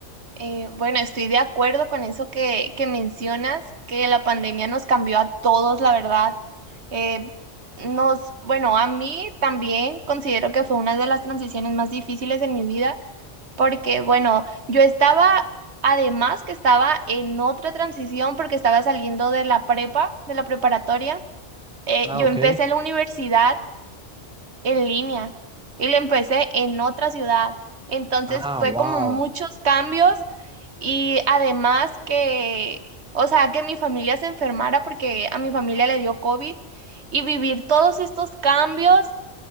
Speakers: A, on the right (about 65°); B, in the centre.
A: Eh, bueno, estoy de acuerdo con eso que, que mencionas, que la pandemia nos cambió a todos, la verdad. Eh, nos, bueno, a mí también considero que fue una de las transiciones más difíciles en mi vida porque bueno, yo estaba, además que estaba en otra transición porque estaba saliendo de la prepa, de la preparatoria, eh,
B: Ah,
A: yo
B: ok.
A: empecé la universidad en línea y la empecé en otra ciudad. Entonces
B: Ah,
A: fue
B: wow.
A: como muchos cambios y además que, o sea, que mi familia se enfermara porque a mi familia le dio COVID y vivir todos estos cambios